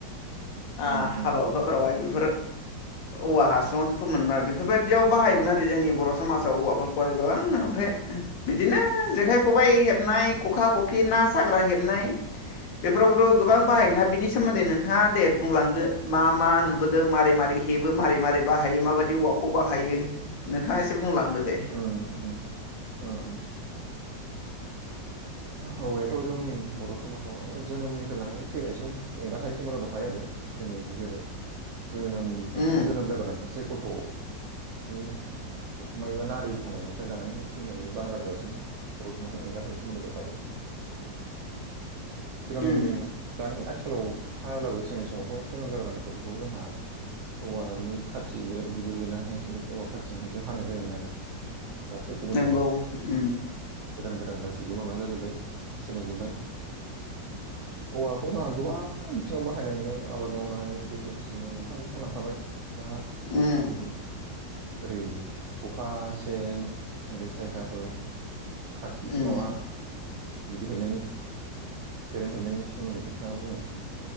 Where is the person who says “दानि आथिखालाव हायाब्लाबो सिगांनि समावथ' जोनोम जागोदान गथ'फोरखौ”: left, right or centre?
Right